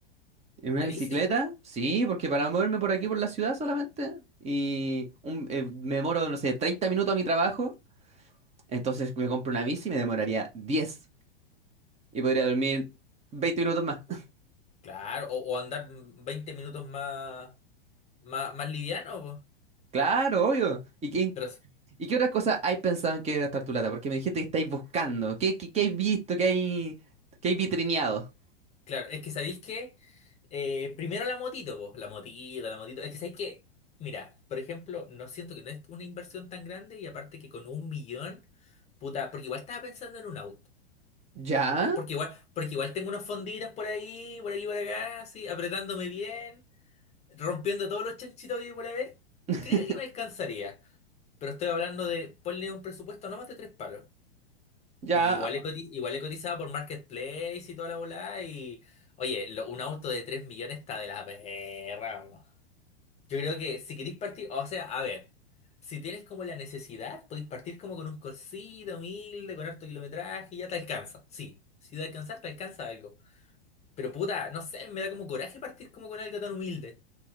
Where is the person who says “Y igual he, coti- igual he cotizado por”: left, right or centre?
Left